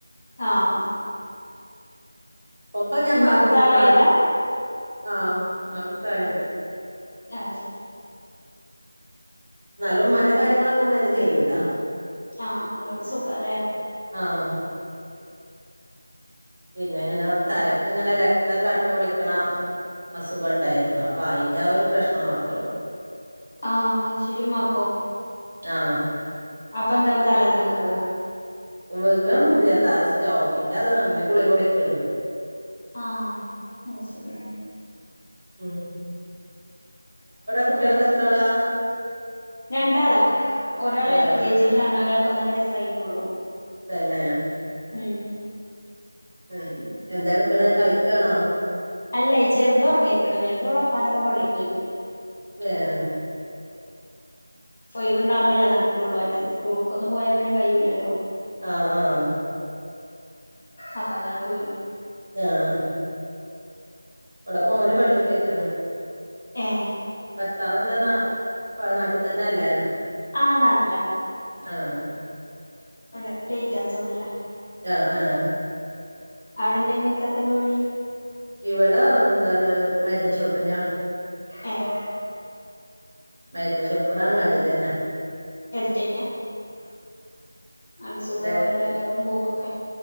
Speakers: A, on the left; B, on the right.
A: ആഹ്
B: മൊത്തം ഞാൻ
A: ഇമ്മാക്ക്
B: മാറ്റിയും
A: പ്രായായതാ
B: മാറ്റ് ആഹ് മക് പ്രായം ഉണ്ട്
A: അഹ് ശരി
B: എന്നാലും ഉമ്മന്റെ കാര്യങ്ങളൊക്കെ ഉമ്മ തന്നെ ചെയ്യൂട്ടാ
A: ആഹ് അതൊണ്ട് സുഖ അല്ലേ
B: ആഹ് പിന്നെ അങ്ങനെ തലക്ക് ഇങ്ങനെ രക്തം കട്ട പിടിക്കണ അസുഖം ഉണ്ടായിരുന്നു അപ്പൊ അയിന്റ ആ ഒരു പ്രശ്നം മാത്രേ ഉള്ളൂ
A: ആഹ് ശരി ഉമ്മാക്കോ
B: ആഹ്
A: അപ്പൊ എന്താവാ തലകറിങ്ങി വികുവോ
B: വിഗൊന്നുമില്ല ത സ്റ്റോക്കിന്റെ അത അങ്ങനെ ഗളിക കുടിക്കുണ്ട്
A: ആഹ് അത് ശരി ആഹ്
B: ഉം
A: തോന്ന
B: കുട്ടികളൊക്ക
A: കണ്ടിട്ടുണ്ടായിരുന്നു
B: എത്രളാ
A: രണ്ടാളാ ഒരാൾ
B: രണ്ടാളോ
A: എൽ കെ ജിയിലാണ് ഒരാൾക്ക് ഒന്നര വയസ്സായിട്ടുള്ളൂ
B: തന്നെ
A: ഉം
B: ഉം എന്തെ എടുക്കണ് കളിക്കണോ
A: അല്ല ചെറുതോറങ്ങയിക്കണ് വലുത് ഒള് ഉപ്പാനൊപ്പം പള്ളി പോയിക്കണ്
B: ഏഹ്
A: ഒഴവുണ്ടാമ്പൊളല്ലേ നടക്കുള്ളൂ അറ്റത് സ്കൂൾക്കൊന്നും പോയാൽ പിന്നെ കഴിയുല്ലല്ലോ
B: ആഹ് ആഹ്
A: അപ്പ അങ്ങനെ പോയിന്
B: ആഹ് ഇവിടെ മോന് പള്ളി പോയിക്കാണ്
A: ഏഹ്
B: ഭർത്താവ് എന്താണ് പ നാട്ടി തന്നെ അല്ലേ
A: ആഹ് നാട്ടില
B: ആഹ്
A: ഇവിടെ ലേറ്റ് ആൻ സൗണ്ടല്ലേ
B: ആഹ് ആഹ്
A: അവിടെ എന്തായാണ് ഇക്കക്കെന്ത പണി
B: ഇവിടാ എന്താണ് മരുന്ന് ഷോപ്പ്ല
A: ഏഹ്
B: മരുന്ന് ഷോപ്പിവിട അങ്ങാടി തന്ന
A: എടുത്തന്നെയ അണ്ട് സുഖവലല്ലെ
B: ഇവിടെ അടുത്ത്
A: വരവും പോക്കൊക്കെ